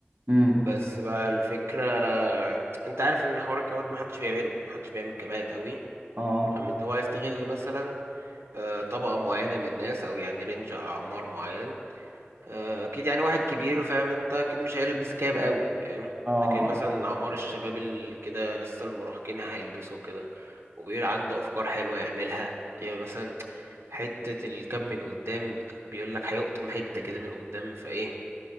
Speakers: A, on the right; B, on the right.
A: امم
B: بس بقى الفكرة انت عارف ان حوار الكبات محدش بيعمله محدش بيعمل كبات قوي
A: اه
B: لما انت هو هيستغل مثلا آه، طبقة معينة من الناس او يعني رينج اعمار معين آه، اكيد يعني واحد كبير فاهم انت اكيد مش هيلبس كاب قوي فاهم
A: اه
B: لكن مثلا اعمار الشباب اللي كده لسه المراهقين هيلبسوا كده وبيبقى عنده افكار حلوة يعملها يبقى مثلا حتة الكاب من قدام بيقول لك هيقطم حتة كده من قدام فايه